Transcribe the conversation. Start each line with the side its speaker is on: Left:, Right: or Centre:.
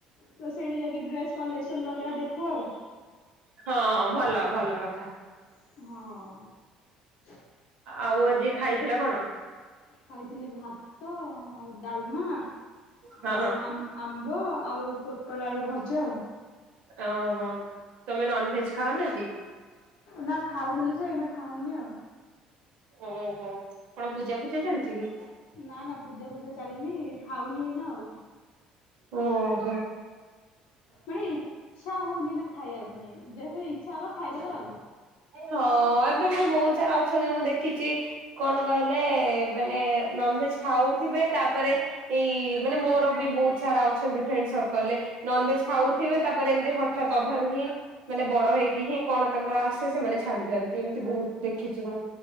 Left: ତ ସେଇଠି ଯାଇକି ଡ୍ରେସ କଲେସନ ବଗେରା ଦେଖୁ ଆଉ।
Right: ହଁ ଭଲ ଭଲ କଥା
Left: ହଁ।
Right: ଆଉ ଆଜି ଖାଇଥିଲ କଣ?
Left: ଖାଇଥିଲି ଭାତ ଆଉ ଡାଲମା
Right: ହଁ
Left: ଆଉ ଆମ୍ବ ଆଉ ପୋଟଳ ଆଳୁ ଭଜା ଯାଅ
Right: ଓହୋ ତମେ ନନ ଭେଜ ଖାଅନା କି?
Left: ନା ଖାଉଥିଲି ଯେ ଏଇନା ଖାଉନି ଆଉ
Right: ଓହୋ କଣ ପୂଜା ଫୂଜା ଚାଲିଛି କି?
Left: ନା ନା ପୂଜା ଫୂଜା ଚାଲୁନି ଖାଉନି ନା ଆଉ
Right: ଓ ହୋ।
Left: ମାନେ ଇ ଛା ହେଉନି ଖାଇବା ପାଇଁ ଯେ ଇଚ୍ଛା ହବା। ଖାଇବା ଆଉ।
Right: ହଁ ଏବେ ବି ବହୁତ ସାରା ଅଛନ୍ତି ମୁଁ ଦେଖିଛି କଣ କହିଲେ ମାନେ ନନଭେଜ ଖାଉଥିବେ ତାପରେ ଏଇ ମାନେ ମୋର ହଁ -ଅ-ଏବେ ବି ବହୁତ ସାରା ଅଛନ୍ତି ମୁଁ ଦେଖିଛି କଣ କହିଲେ ମାନେ ନନଭେଜ ଖାଉଥିବେ ତା ପରେ ଏଇ ମାନେ ମୋର ବି ବହୁତ ସାରା ଅଛନ୍ତି ଫ୍ରେଣ୍ଡ ସର୍କଲ ରେ ନନଭେଜ ଖାଉଥିବେ ତାପରେ ଏମିତି ହଠାତ୍ ଅନ୍ଧାରୁ ହିଁ ମାନେ ବଡ ହେଇକି ହିଁ କଣ ତାଙ୍କର ସେ ସେମାନେ ଛାଡି ଜାଆନ୍ତି ଏମିତି ବହୁତ ଦେଖିଛି ମୁଁ